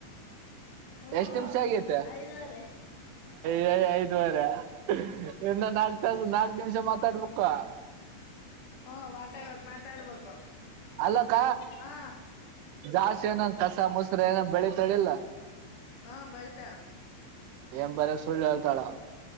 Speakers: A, on the left; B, on the right.
A: ಹ್ಮ್
B: ಎಷ್ಟ್ ನಿಮಿಷ ಆಗತೆ
A: ಐದುವರೆ.
B: ಯ ಐದುವರೆ ಇನ್ನು ನಾಕ್ ತ ನಾಕ್ ನಿಮಿಷ ಮಾತಾಡ್ಬೇಕು <unintelligible>
A: ಹ್ಮ ಮಾತಾಡ್ಬೇಕ ಮಾತಾಡ್ಬೇಕು
B: ಅಲ್ಲಕ್ಕ
A: ಹಾ
B: ಜಾಸ್ತಿ ಏನನ್ ಕಸ ಮೊಸರು ಏನ ಬೆಳತಾಳಿಲ್ಲ
A: ಹಾ ಬಳಿತಾರ
B: ಎಏ ಬರ ಸಳ್ಳತಾಳ